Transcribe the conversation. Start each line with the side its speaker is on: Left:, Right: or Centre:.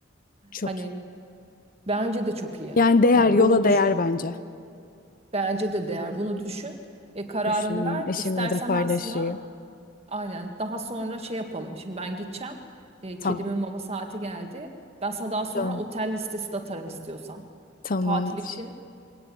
Left: Çok
Right: Hani
Left: iyi.
Right: bence de çok iyi.
Left: Yani değer
Right: Yani
Left: yola
Right: bunu düşün.
Left: değer bence.
Right: Bence de değer. Bunu düşün. E, kararını
Left: Düşüneyim.
Right: ver.
Left: Eşimle
Right: İstersen
Left: de paylaşayım.
Right: ben sana Aynen. Daha sonra şey yapalım. Şimdi ben gideceğim. E,
Left: Tamam.
Right: kedimin mama saati geldi. Ben sana daha sonra
Left: Tamam.
Right: otel listesi de atarım istiyorsan.
Left: Tamamdır.
Right: Tatil için